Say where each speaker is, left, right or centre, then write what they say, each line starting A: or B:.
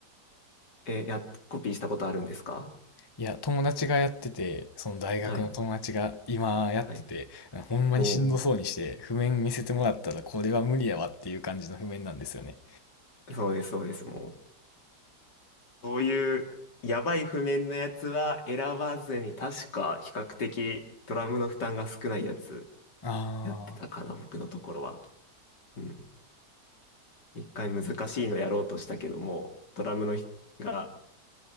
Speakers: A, on the left; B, on the left.
A: <laughs> え、や、コピーしたことあるんですか
B: いや、友達がやってて、その大学の友達が今やってて、
A: はい。はい。
B: ほんまにしんどそうにして、
A: おお。
B: 譜面見せてもらったらこれは無理やわっていう感じの譜面なんですよね。
A: そうです、そうです、もう。そういうやばい譜面のやつは選ばずに、確か比較的ドラムの負担が少ないやつ
B: ああ。
A: やってたかな、僕のところは。うん。一回難しいのやろうとしたけども、ドラムのひが